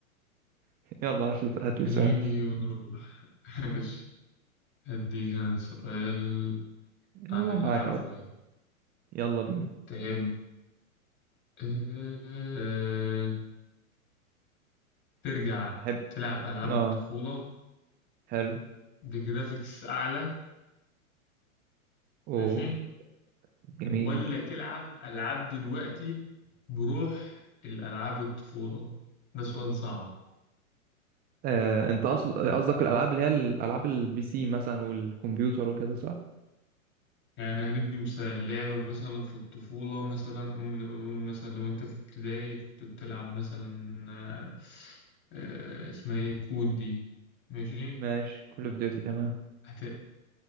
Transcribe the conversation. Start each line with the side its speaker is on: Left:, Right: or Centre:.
Right: <laughs> يلا هات لي هات
Left: ونيجي
Right: لي سؤال
Left: ونروح <laughs> ماشي أديك أنا سؤال
Right: يلا
Left: عن الألعاب
Right: معاك اهو
Left: شوية
Right: يلا بينا
Left: تحب آه، ترجع
Right: احب
Left: تلعب ألعاب
Right: اه
Left: الطفولة
Right: حلو
Left: بجرافيكس أعلى
Right: اوه
Left: ماشي
Right: جميل
Left: ولا تلعب ألعاب دلوقتي بروح الألعاب الطفولة ده سؤال صعب
Right: آه، انت قصد قصدك الالعاب اللي هي الالعاب البي سي مثلا والكمبيوتر وكده صح
Left: يعني هندي مثال لعبة مثلا في الطفولة مثلا قول قول مثلا لو أنت في ابتدائي كنت بتلعب مثلا آه، آه، اسمها إيه كود دي ماشي
Right: ماشي كول اوف ديوتي تمام
Left: هت...